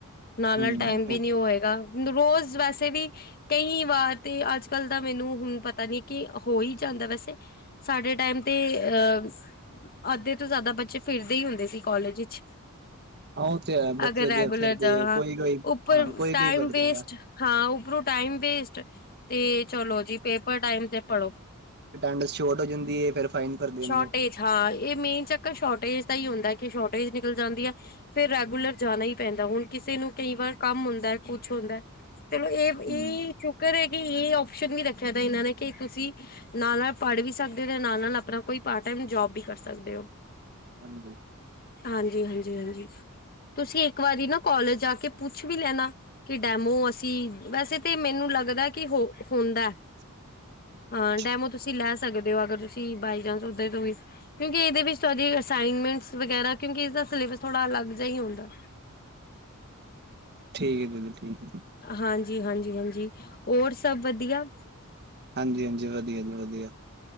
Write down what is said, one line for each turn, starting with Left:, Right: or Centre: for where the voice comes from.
Left: ਨਾਲ-
Right: ਹਮ
Left: ਨਾਲ ਟਾਈਮ ਵੀ
Right: ਹਾਂ
Left: ਨੀ ਹੋਵੇਗਾ। ਰੋਜ਼ ਵੈਸੇ ਵੀ- ਕਈ ਵਾਰ ਤੇ ਅਜ ਕਲ ਦਾ ਮੈਨੂੰ ਹੁਣ ਪਤਾ ਨਹੀ, ਕਿ ਹੋ ਹੀ ਜਾਦਾ ਵੈਸੇ- ਤੇ ਸਾਡੇ ਟਾਈਮ ਤੇ ਅਹ- ਅਧੇ ਤੋਂ ਜਿਆਦਾ ਬੱਚੇ, ਫਿਰਦੇ ਹੀ ਹੁੰਦੇ ਸੀ ਕੋਾਲਜ ਵਿਚ-
Right: ਉਹ ਤੇ ਹੈ ਬੱਚੇ
Left: ਅਗਰ ਰੈਗੂਲਰ
Right: ਦੇ ਫਿਰਦੇ
Left: ਜਾਣਾ,
Right: ਕੋਈ ਕੋਈ
Left: ਉਪਰ
Right: ਹਾਂ ਕੋਈ
Left: ਟਾਈਮ
Right: ਕੋਈ ਵੜਦਾ
Left: ਵੇਸਟ-
Right: ਆ
Left: ਹਾਂ ਉਪਰੋ ਟਾਈਮ ਵੇਸਟ, ਤੇ ਚਲੋ ਜੀ ਪੇਪਰ ਟਾਈਮ ਤੇ ਪੜ੍ਹੋ-
Right: ਅਟੈਂਡੈਂਸ ਸੋਟ ਹੋ ਜਾਦੀ ਹੈ ਫਿਰ- ਫਾਈਨ ਭਰਦੇ
Left: ਸ਼ੋਰਟੇਜ
Right: ਨੇ
Left: ਹਾਂ ਇਹ ਮੇਨ ਚੱਕਰ ਸ਼ੋਰਟੇਜ ਦਾ ਹੀ ਹੁੰਦਾ, ਕਿ ਸ਼ੋਰਟੇਜ ਨਿਕਲ ਜਾਦੀ ਆ। ਫਿਰ ਰੈਗੂਲਰ ਜਾਣਾ ਹੀ ਪੈਂਦਾ, ਹੁਣ ਕਿਸੇ ਨੂੰ ਕਈ ਵਾਰ ਕਮ ਹੁੰਦਾ, ਕੁਛ ਹੁੰਦਾ- ਚਲੋ ਇਹ
Right: ਹਮ
Left: ਸ਼ੁਕਰ ਹੈ ਕਿ ਇਹ ਆਪਓਪਸ਼ਨ ਵੀ ਰੱਖਿਆ ਤ ਇਹਨਾ ਨੇ, ਕਿ ਤੁਸੀ- ਨਾਲ- ਨਾਲ ਪੜ੍ਹ ਵੀ ਸਕਦੇ ਹੋ, ਨਾਲ- ਨਾਲ ਆਪਣਾ ਕੋਈ ਪਾਰਟ ਟਮ ਜੋਬ ਵੀ ਕਰ ਸਕਦੇ ਹੋ।
Right: <inaudible>
Left: ਹਾਂਜੀ- ਹਾਂਜੀ -ਹਾਂਜੀ, ਤੁਸੀ ਇਕ ਵਾਰੀ ਨਾ ਕੋਾਲਜ ਆ ਕੇ ਪੁੱਛ ਵੀ ਲੈਣਾ- ਕਿ ਡੈਮੋ ਅਸੀ, ਵੈਸੇ ਤੇ ਮੈਨੂੰ ਲਗਦਾ ਕਿ ਹੋ ਹੁੰਦਾ-
Right: <inaudible>
Left: ਹਾਂ ਡੈਮੋ ਤੁਸੀ ਲੈ ਸਕਦੇ ਹੋ, ਅਗਰ ਤੁਸੀ ਬਾਈ ਚਾਂਸ ਉਧਰ ਤੋ ਵੀ- ਕਿਉਕਿ ਇਹਦੇ ਵਿਚ ਸ ਅਸਮੈਂਟ ਵਗੈਰਾ, ਕਿਉਕਿ ਇਸਦਾ ਸਲੇਬਸ ਥੋੜਾ ਅਲਗ ਜਿਹਾ ਹੀ ਹੁੰਦਾ।
Right: ਠੀਕ ਹੈ ਦੀਦੀ, ਠੀਕ ਹੈ ਜੀ।
Left: ਹਾਂਜੀ- ਹਾਂਜੀ -ਹਾਂਜੀ, ਹੋਰ ਸਭ ਵਧੀਆ?
Right: ਹਾਂਜੀ- ਹਾਂਜੀ, ਵਧੀਆ ਜੀ ਵਧੀਆ।